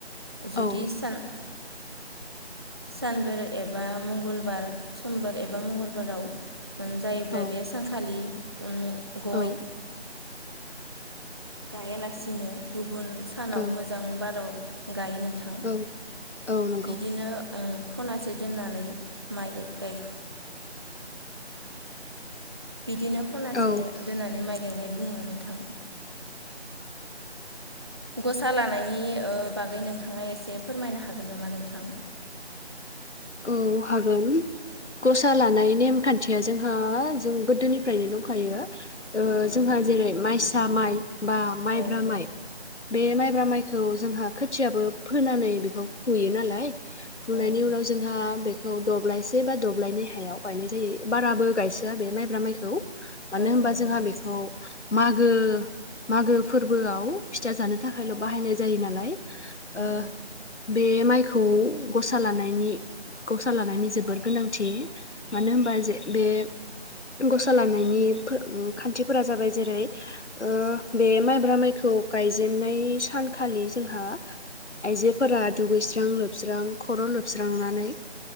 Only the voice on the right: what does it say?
जुदि
सान। सानबोर एबा मंगलबार समबार। एबा मंगलबाराव। जायोब्ला
बे सानखालि। उम गय
गायालासिनो। गुबुन सानाव
मोजां बाराव। गायो नोंथां
बिदिनो। ओ खनासे दोननानै माइ गाय बिदिनो खनासे
दोननानै माइ नाय बुङो नोंथां। गसा लानायनि ओ-बागै नोंथाङा एसे फोरमायनो हागोन नामा नोंथां?
औ
औ
औ
औ
औ नोंथां
औ